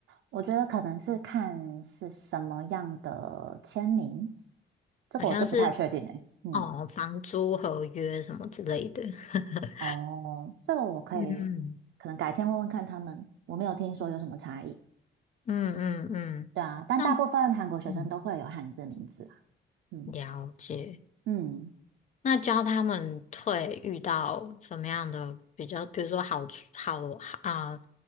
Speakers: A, on the right; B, on the left.
A: 我觉得可能是看是什么样的签名，这个我就不太确定诶。
B: 好像是
A: 嗯，
B: 哦，房租合约什么之类的。<laughs>
A: 哦，这个我可以，
B: 嗯
A: 可能改天问问看他们，我没有听说有什么差异。
B: 嗯嗯嗯，
A: 对啊，但大部分韩国学生都会有汉字名字啦。
B: 那嗯，
A: 嗯
B: 了解。
A: 嗯。
B: 那教他们退遇到什么样的比较，比如说好处好啊、